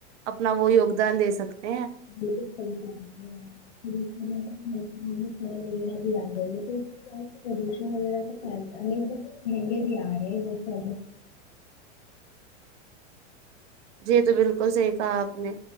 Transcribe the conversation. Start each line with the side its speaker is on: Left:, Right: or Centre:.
Right: اپنا وہ یگدان دے سکتے ہیں
Left: بالکل صحیح پھر مسم سار وغیرہ بھی آ گئی ہے تو <unintelligible> پردوشن وغیرہ تو پھیلتا نہیں ب مہنگے بھی آ رہے ہیں بہت زیادہ
Right: جی تو بالکل صحیح کہا آپ نے